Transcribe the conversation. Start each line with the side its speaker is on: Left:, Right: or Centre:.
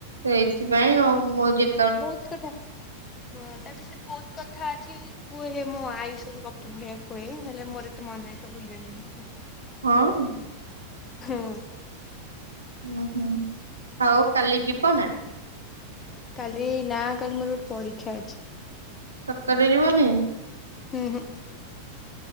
Right: ସେଇଥିପାଇଁ ଆଉ ମୁଁ ଯେ
Left: ବହୁତ କଥା ହଁ ତା ଭିତରେ ବହୁତ କଥା ଅଛି। କୁହେ ମୋ ଆଈ ସବୁ ଗପ ଭଳିଆ କୁହେ ହେଲେ ମୋର ଏତେ ମନ ନାହି ସବୁ ଭୁଲିଗଲିଣି।
Right: ହଁ।
Left: ହୁଁ।
Right: ହୁଁ ହୁଁ ଆଉ କାଲି ଯିବ ନା?
Left: କାଲି ନା କାଲି ମୋର ଗୋଟେ ପରୀକ୍ଷା ଅଛି।
Right: ସତରେ ଯିବନି?
Left: ହୁଁ ହୁଁ।